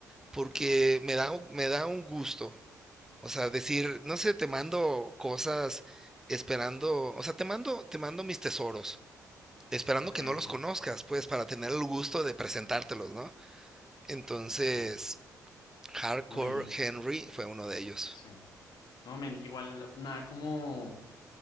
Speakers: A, in the centre; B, on the left (about 50°).
A: porque me da, un- me da un gusto, O sea, decir, no sé, te mando cosas esperando, o sea, te mando, te mando mis tesoros, esperando
B: Ok,
A: que no
B: ok,
A: los conozcas, pues, para tener el gusto de presentártelos, ¿no? Entonces,
B: sí.
A: Hardcore
B: No, men, y-
A: Henry fue uno de ellos.
B: sí. No, men, igual, nada como